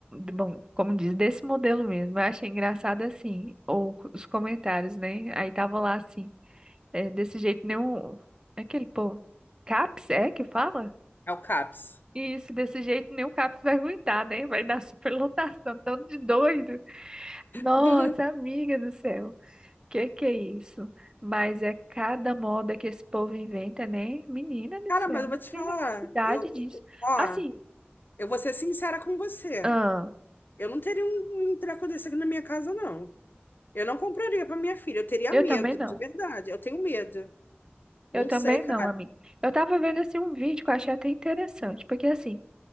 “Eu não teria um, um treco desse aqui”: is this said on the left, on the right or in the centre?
Left